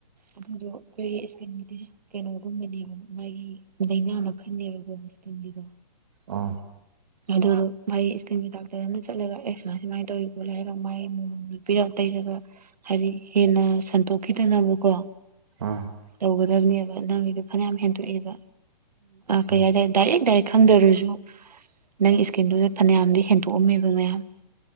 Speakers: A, on the right (about 75°); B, on the right (about 40°).
A: ꯑꯗꯨꯗꯣ ꯑꯩꯈꯣꯏꯒꯤ ꯏꯁꯀꯤꯟꯒꯤꯗꯤ ꯀꯩꯅꯣꯒꯨꯝꯕꯅꯦꯕ ꯃꯥꯒꯤ ꯂꯥꯏꯅꯥ ꯃꯈꯜꯅꯦꯕꯀꯣ ꯏꯁꯀꯤꯟꯒꯤꯗꯣ
B: ꯑꯣ
A: ꯑꯗꯨ ꯃꯥꯒꯤ ꯏꯁꯀꯤꯟꯒꯤ ꯗꯥꯛꯇꯔ ꯑꯃꯅ ꯆꯠꯂꯒ ꯑꯦꯛꯁꯔꯥ ꯁꯨꯃꯥꯏꯅ ꯇꯧꯔꯤ ꯈꯣꯠꯂ ꯍꯥꯏꯔꯒ ꯃꯥꯒꯤ ꯃꯣꯂꯣꯝꯗ ꯄꯤꯔꯛꯕ ꯇꯩꯔꯒ ꯍꯥꯏꯗꯤ ꯍꯦꯟꯅ ꯁꯟꯗꯣꯛꯈꯤꯗꯅꯕꯀꯣ
B: ꯑꯥ
A: ꯇꯧꯒꯗꯕꯅꯦꯕ ꯅꯪꯒꯤꯗꯣ ꯐꯅꯌꯥꯝ ꯍꯦꯟꯗꯣꯛꯑꯦꯕ ꯀꯩ
B: ꯎꯝ
A: ꯍꯥꯏꯇꯥꯔꯦ ꯗꯥꯏꯔꯦꯛ ꯗꯥꯏꯔꯦꯛ ꯈꯪꯗ꯭ꯔꯁꯨ ꯅꯪꯒꯤ ꯏꯁꯀꯤꯟꯗꯨꯗ ꯐꯅꯌꯥꯝꯗꯤ ꯍꯦꯟꯗꯣꯛꯑꯝꯃꯦꯕ ꯃꯌꯥꯝ